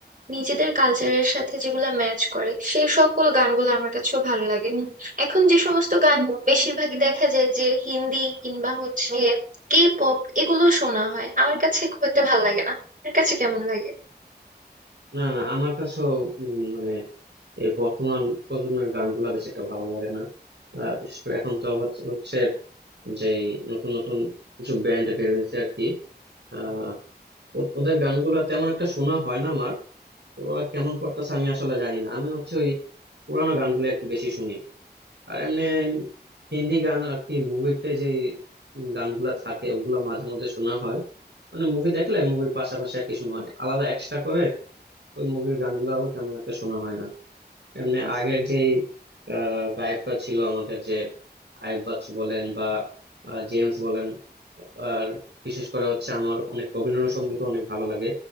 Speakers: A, on the right (about 50°); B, on the right (about 80°).
A: নিজেদের কালচারের সাথে যেগুলো ম্যাচ করে সেই সকল গানগুলো আমার কাছেও ভালো লাগে হুম। এখন যে সমস্ত গান হুম। বেশিরভাগই দেখা যায় যে হিন্দি কিংবা হচ্ছে কে পপ এগুলো শোনা হয় আমার কাছে খুব একটা ভালো লাগে না আপনার কাছে কেমন লাগে
B: না না আমার কাছেও উম, মানে এই বর্তমান প্রজন্মের গানগুলা বেশি একটা ভালো লাগে না আহ, বিশেষ করে এখন তো হচ্ছে হচ্ছে যে এই নতুন নতুন কিছু ব্যান্ড বের হয়েছে আর কি আহ ও- ওদের গানগুলা তেমন একটা শোনা হয় না আমার তো ওরা কেমন করতেছে আমি আসলে জানি না আমি হচ্ছে ওই পুরানো গানগুলো আর কি বেশি শুনি আর এমনি হিন্দি গান আর কি মুভিতে যে গানগুলা থাকে ওগুলা মাঝে মধ্যে শোনা হয় মানে মুভি দেখলে মুভির পাশাপাশি আর কি শোনা হয় আলাদা এক্সট্রা করে ওই মুভির গানগুলো তেমন একটা শোনা হয় না এমনি আগের যে আহ, গায়করা ছিল আমাদের যে আয়ুব বাচ্চু বলেন বা আহ, জেমস বলেন আর বিশেষ করে হচ্ছে আমার অনেক রবীন্দ্রসঙ্গীত অনেক ভালো লাগে